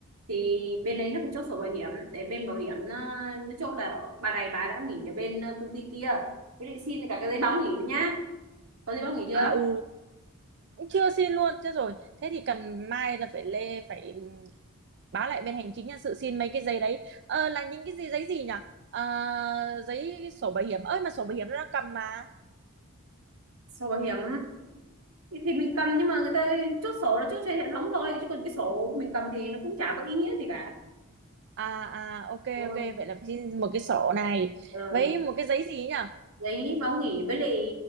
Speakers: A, on the right; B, on the right.
A: thì bên đấy nó phải chốt sổ bảo hiểm để bên bảo hiểm nó, nó chốt là bà này bà đã nghỉ ở bên ờ, công ty kia với lại xin cả cái giấy báo nghỉ nữa nhá có giấy báo nghỉ chưa
B: à ừ cũng chưa xin luôn thế rồi thế thì cần mai là phải lê phải ừm, báo lại bên hành chính nhân sự xin mấy cái giấy đấy ờ, là những cái gì giấy gì nhỉ Ờ, giấy sổ bảo hiểm ơi mà sổ bảo hiểm nó đang cầm mà
A: sổ bảo hiểm thì mình cầm nhưng mà người ta chốt sổ là chốt trên hệ thống thôi chứ còn cái sổ mình cầm thì nó cũng chả có ý nghĩa gì cả
B: à à ok
A: ừ.
B: ok vậy là xin một cái sổ này
A: Ừ.
B: với một cái giấy gì ấy nhỉ
A: giấy báo nghỉ với lại